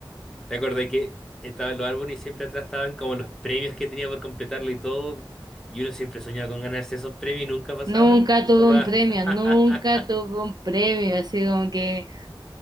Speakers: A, in the centre; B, on the right.
A: ¿Te acordás que estaban los álbumes y siempre atrás estaban como los premios que tenía por completarlo y todo? Y uno siempre soñaba con ganarse esos premios y nunca pasaba.
B: Nunca tuve
A: Capaz.
B: un premio,
A: <laughs>
B: nunca tuve un premio, así como que...